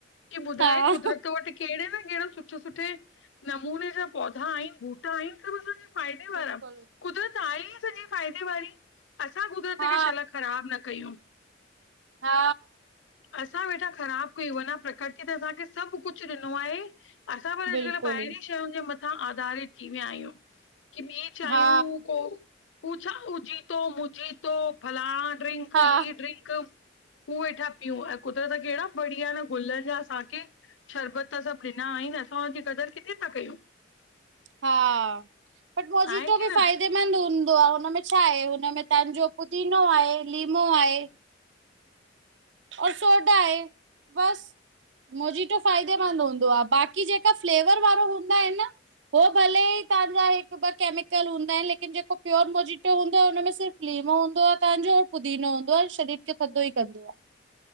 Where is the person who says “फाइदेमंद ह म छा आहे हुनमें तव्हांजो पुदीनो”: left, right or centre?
Right